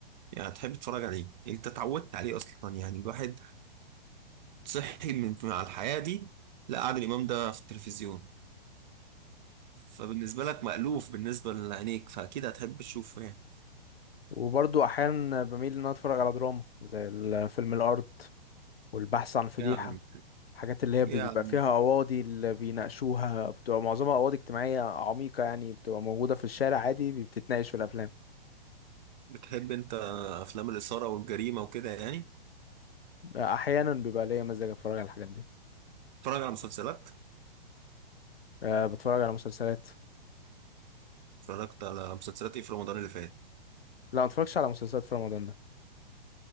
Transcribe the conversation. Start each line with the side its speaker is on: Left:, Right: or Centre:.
Right: يعني تحب تتفرج عليه انت اتعودت عليه اصلا يعني الواحد صحي من مع الحياة دي لا عادل امام ده في التلفزيون فبالنسبة لك مألوف بالنسبة لعينيك فأكيد هتحب تشوفه يعني
Left: وبرضو أحيانا بميل إن أنا أتفرج على دراما زي ال- فيلم الأرض والبحث عن فضيحة
Right: يعني
Left: الحاجات اللي هي
Right: يعني
Left: بيبقى فيها قواضي اللي بيناقشوها بتبقى معظمها قواضي اجتماعية عميقة يعني بتبقى موجودة في الشارع عادي بتتناقش في الأفلام
Right: بتحب أنت أفلام الإثارة والجريمة وكده يعني
Left: أحيانا بيبقى ليا مزاج أتفرج على الحاجات دي
Right: تتفرج على مسلسلات
Left: أه بتفرج على مسلسلات
Right: اتفرجت على مسلسلات ايه في رمضان اللي فات
Left: لا ما اتفرجش على مسلسلات في رمضان ده